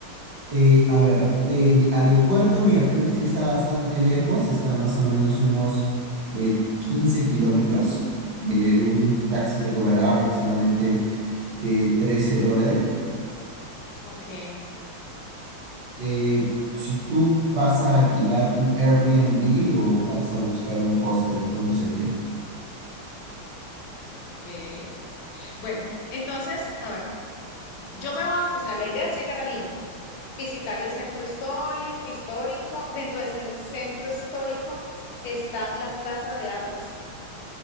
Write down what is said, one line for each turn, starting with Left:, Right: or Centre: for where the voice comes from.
Right: Eh, a ver, del aeropuerto Miraflores sí está bastante lejos, está más o menos unos eh, 15 kilómetros. Eh, un taxi te cobrará aproximadamente eh, 13 dólares.
Left: Ok,
Right: Eh, si tú vas a alquilar un Airbnb o vas a buscar un hostel, ¿cómo sería?
Left: ok. Bueno, entonces, a ver, yo me bajo, o sea, la idea es llegar a Lima, visitar el centro histórico, histórico. Dentro del cer- centro histórico está la Plaza de Armas.